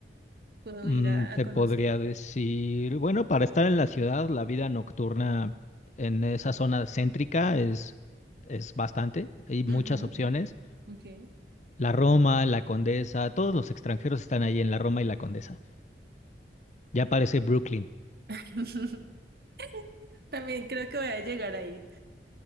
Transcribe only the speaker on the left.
Mm,
te
podría decir, bueno, para estar en la ciudad, la vida nocturna en esa zona céntrica es, es bastante. Hay muchas
opciones.
La Roma, la Condesa, todos los extranjeros están ahí en la Roma y la Condesa. Ya parece Brooklyn.